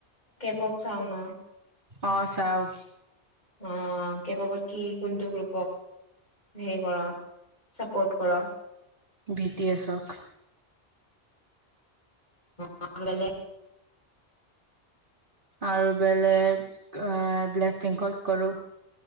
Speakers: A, on the left; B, on the right.
A: ক'ত চাওঁ ন?
B: অ', চাওঁ।
A: অ', কে প'পত কি কোনটো গ্ৰুপক হেৰি কৰ, ছাপৰ্ট কৰ?
B: B T এছক।
A: <unintelligible> বেলেগ
B: আৰু বেলেগ আ, ব্লেক, পিংকত কৰোঁ।